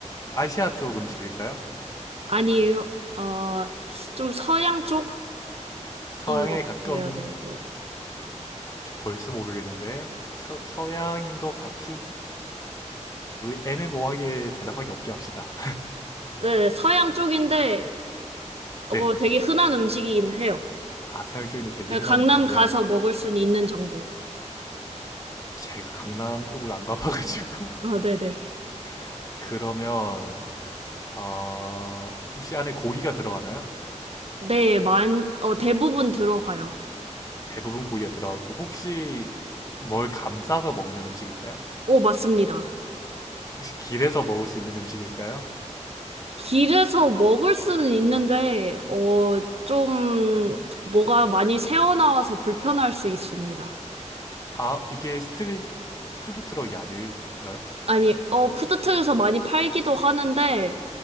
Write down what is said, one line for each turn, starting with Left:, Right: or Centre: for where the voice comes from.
Left: 아시아 쪽 음식일까요?
Right: 아니에요. 어, 좀 서양 쪽인
Left: 서양에
Right: 것 같아요.
Left: 가까운
Right: 네, 네.
Left: 저 벌써 모르겠는데 서, 서양인 것 같은 애매모호하게 대답하기 없게 합시다.
Right: 네, 네, 서양 쪽인데
Left: <laughs>
Right: 어,
Left: 네,
Right: 되게 흔한 음식이긴 해요.
Left: 아 서양 쪽인데 되게
Right: 네,
Left: 흔한
Right: 강남
Left: 음식이요.
Right: 가서 먹을 수는 있는 정도.
Left: 제가 강남 쪽을 안 가봐가지고
Right: 아, 네네.
Left: <laughs> 그러면 어... 혹시 안에 고기가 들어가나요?
Right: 네, 만, 어, 대부분 들어가요.
Left: 대부분 고기가 들어가고 혹시 뭘 감싸서 먹는 음식일까요?
Right: 오, 맞습니다.
Left: 혹시 길에서 먹을 수 있는 음식일까요?
Right: 길에서 먹을 수는 있는데, 어, 좀, 뭐가 많이 새어나와서 불편할 수 있습니다.
Left: 아, 이게 스트릿 푸드 트럭이 아닌가요?
Right: 아니, 어, 푸드트에서 많이 팔기도 하는데,